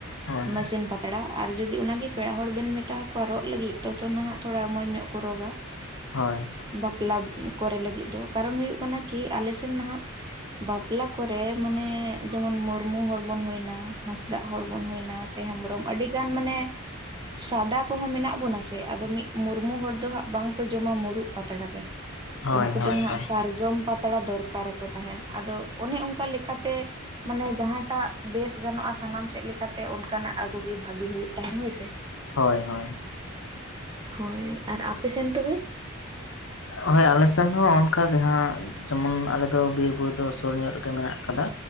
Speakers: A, on the left (about 65°); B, on the right (about 20°).
A: ᱦᱳᱭ
B: ᱢᱮᱥᱤᱱ ᱯᱟᱛᱼᱼ ᱯᱟᱛᱲᱟ ᱟᱨ ᱡᱩᱫᱤ ᱚᱱᱟᱜᱮ ᱯᱮᱲᱟ ᱦᱚᱲ ᱵᱮᱱ ᱢᱮᱛᱟᱠᱚᱣᱟ ᱨᱚᱜ ᱞᱟᱹᱜᱤᱫ ᱛᱚ ᱱᱟᱦᱟᱜ ᱛᱷᱚᱲᱟ ᱢᱚᱸᱡᱽ ᱧᱚᱜ ᱠᱚ ᱨᱚᱜᱟ᱾
A: ᱦᱳᱭ᱾
B: ᱵᱟᱯᱞᱟ ᱠᱚᱨᱮ ᱞᱟᱹᱜᱤᱫ ᱫᱚ ᱠᱟᱨᱚᱱ ᱦᱩᱭᱩᱜ ᱠᱟᱱᱟ ᱠᱤ ᱟᱞᱮ ᱥᱮᱱ ᱱᱟᱦᱟᱜᱼᱼ ᱵᱟᱯᱞᱟ ᱠᱚᱨᱮ ᱢᱟᱱᱮ ᱡᱮᱢᱚᱱ ᱢᱩᱨᱢᱩ ᱦᱚᱲ ᱵᱚᱱ ᱦᱩᱭᱱᱟ ᱦᱟᱸᱥᱫᱟᱜ ᱦᱚᱲ ᱵᱚᱱ ᱦᱩᱭ ᱱᱟ, ᱥᱮ ᱦᱮᱢᱵᱨᱚᱢ ᱟᱹᱰᱤ, ᱜᱟᱱ ᱢᱟᱱᱮ ᱥᱟᱫᱟ ᱠᱚᱦᱚᱸ ᱢᱮᱱᱟᱜ ᱵᱚᱱᱟ ᱥᱮ ᱟᱫᱚ ᱢᱤᱫ ᱢᱩᱨᱢᱩ ᱦᱚᱲ ᱫᱚ ᱦᱟᱸᱜ ᱵᱟᱝᱼᱼ ᱠᱚ ᱡᱚᱢᱟ ᱢᱩᱨᱩᱩᱜ ᱯᱟᱛᱲᱟ ᱨᱮ
A: ᱦᱳᱭ ᱦᱳᱭ
B: ᱩᱱᱠᱩ
A: ᱦᱳᱭ
B: ᱫᱚ ᱱᱟᱦᱟᱜ
A: ᱦᱳᱭ
B: ᱥᱟᱨᱡᱚᱢ ᱯᱟᱛᱲᱟ ᱫᱚᱨᱠᱟᱨᱟᱠᱚ ᱛᱟᱦᱮᱸᱱ᱾ ᱟᱫᱚ ᱚᱱᱮ ᱚᱱᱠᱟ ᱞᱮᱠᱟᱛᱮ ᱢᱟᱱᱮ ᱡᱟᱦᱟᱸᱴᱟᱜ᱾ ᱵᱮᱥ ᱜᱟᱱᱚᱜᱼᱟ ᱥᱟᱱᱟᱢ ᱥᱮᱫ ᱞᱮᱠᱟᱛᱮ ᱚᱱᱠᱟᱱᱟᱜ ᱟᱹᱜᱩ ᱜᱤ ᱵᱷᱟᱜᱤ ᱦᱩᱭᱩᱜ ᱛᱟᱦᱮᱱ ᱦᱳᱭᱥᱮ᱾
A: ᱦᱳᱭ ᱦᱳᱭ᱾
B: ᱦᱳᱭ ᱟᱨ ᱟᱯᱮᱥᱮᱱ ᱛᱚᱵᱮ?
A: ᱦᱳᱭ ᱟᱞᱮᱥᱮᱱ ᱦᱚᱸ ᱚᱱᱠᱟ ᱜᱮ ᱦᱟᱸᱜ᱾ ᱡᱮᱢᱚᱱ ᱟᱞᱮᱫᱚ ᱵᱤᱨ ᱵᱩᱨᱩ ᱫᱚ ᱥᱩᱨ ᱧᱚᱜ ᱨᱮᱜᱮ ᱢᱮᱱᱟᱜ ᱠᱟᱫᱟ